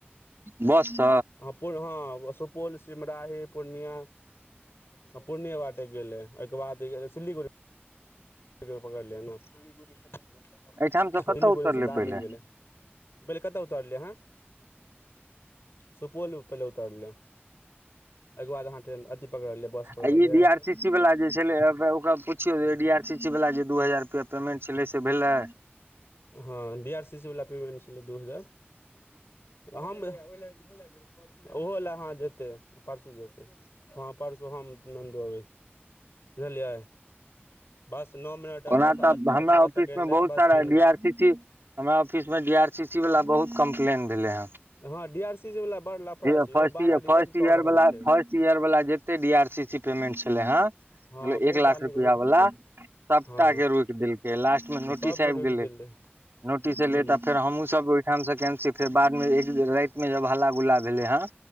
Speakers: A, on the right (about 65°); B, on the left (about 70°).
A: बस स
B: हँ ह सुपौल सिमराही पूर्णिया <unintelligible> पूर्णिये बाटे गेलै ओय केँ बाद सिल्लीगुड़ी <inaudible> केँ पकड़लियै ने <unintelligible>
A: एहिठाम से कतऽ उतरले
B: दार्जलिंग
A: पहिले
B: गेलै पहिले कतऽ उतरलेै है सुपौल म पहिले उतरलै यै केँ बाद अहाँ ट्रेन अथी पकड़लियै बस पकड़लियै
A: आ ई डी आर सी सी वाला जे छलै है ओकरा पुछियौ डी आर सी सी वाला जे दू हजार रुपआ पेमेंट छलै से भेलै
B: ह डी आर सी सी वाला पेमेंट छलै दू हजार <unintelligible> ओहो लए अहाँ जेतै परसू जेतै हाँ परसू हम नन्दो अबै बुझलिय <inaudible> बस नो मिनट
A: ओना
B: आ
A: तऽ हमरा
B: अठारह
A: ऑफिस
B: सेकेंड
A: मे
B: अए
A: बहुत
B: बस
A: सारा
B: तीन
A: D
B: minute
A: R C C हमरा ऑफिस में डी आर सी सी वाला बहुत कम्प्लेन भेले हन <inaudible>
B: हँ डी आर सी सी वला बड़ लफड़ा
A: फर्स्ट
B: छै यौ बार बार रिजेक्ट
A: फर्स्ट
B: कऽ
A: इयर
B: रहल
A: वाला
B: छै
A: फर्स्ट इयर वाला जेत एते D R C C payment छलै हन मतबल
B: हँ बहुत
A: एक लाख
B: आदमी
A: रुपया
B: के रोकि
A: वाला
B: देले
A: सबटा
B: हँ
A: केँ रोक देलकै लास्ट में नोटिस
B: सबके
A: आइब
B: रोकि
A: गेलै
B: देले
A: नोटिस
B: हूँ
A: एलेै तऽ फेर हमहूँ सब काम से केन्सी फेर बाद मे एक राइत मे जब हल्ला गुल्ला भेले हन